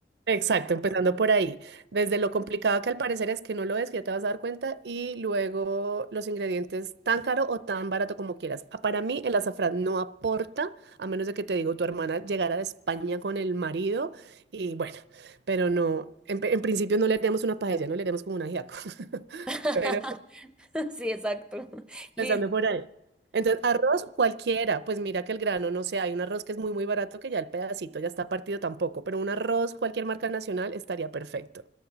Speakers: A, on the right; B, in the centre.
A: Exacto, empezando por ahí. Desde lo complicado que al parecer es que no lo es, que ya te vas a dar cuenta, y luego los ingredientes tan caro o tan barato como quieras. Ah, Para mí el azafrán no aporta, a menos de que te digo, tu hermana llegara de España con el marido y bueno, pero no, en, en principio no le haríamos una paella, no le haríamos como un ajiaco, <laughs>
B: <laughs>
A: pero
B: Sí, exacto. Listo.
A: Empezando por ahí. Entonces, arroz cualquiera, pues mira que el grano, no sé, hay un arroz que es muy, muy barato que ya el pedacito ya está partido tampoco, pero un arroz, cualquier marca nacional, estaría perfecto.